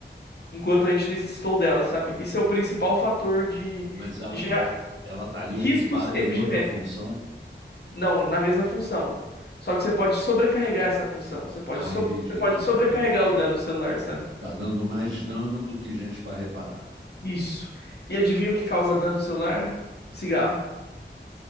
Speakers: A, on the left; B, on the right.
A: enquanto a gente necessitou dela, sabe? Isso é o principal fator de
B: Mas ela,
A: gerar
B: é, ela estaria
A: riscos
B: ocupada
A: epigenéticos
B: em outra função?
A: Não, na mesma função. Só que você pode sobrecarregar essa função. Você pode,
B: Ah,
A: sob-
B: entendi,
A: você
B: entendi,
A: pode sobrecarregar
B: entendi.
A: o dano celular, sabe?
B: Tá dando mais dano do que gente para reparar.
A: Isso. E adivinha o que causa dano celular? Cigarro.